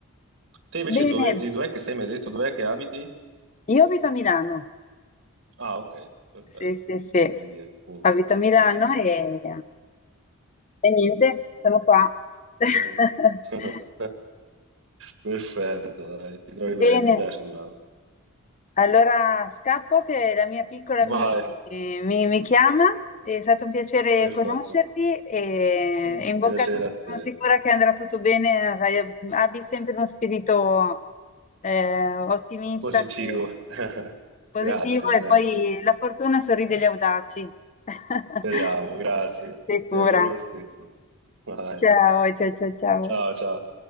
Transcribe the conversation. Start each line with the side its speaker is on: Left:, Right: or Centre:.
Right: Te invece
Left: Bene,
Right: dove, di dov'è che sei? Mi hai detto dov'è che abiti?
Left: io abito a Milano,
Right: Ah, ok, perfetto.
Left: Sì, sì, sì.
Right: Quindi è appunto.
Left: Abito a Milano
Right: Bene, dai.
Left: e, e niente, sono qua. <laughs>
Right: Bene. <laughs> Perfetto, dai, ti trovi bene,
Left: Bene,
Right: ti piace Milano.
Left: allora scappo che la mia piccola mi,
Right: Vai,
Left: mi- mi chiama. È stato un piacere
Right: perfetto.
Left: conoscerti e,
Right: Un
Left: e in bocca
Right: piacere
Left: al lupo,
Right: a te.
Left: sono sicura che andrà tutto bene. sai, Abbi sempre uno spirito eh, ottimista,
Right: Positivo.
Left: che-
Right: <laughs>
Left: positivo
Right: Grazie,
Left: e
Right: grazie.
Left: poi la fortuna sorride agli audaci. <laughs>
Right: Speriamo, grazie.
Left: Sicura.
Right: Ti auguro lo stesso. Vai.
Left: Ciao, ciao, ciao, ciao.
Right: Ciao, ciao.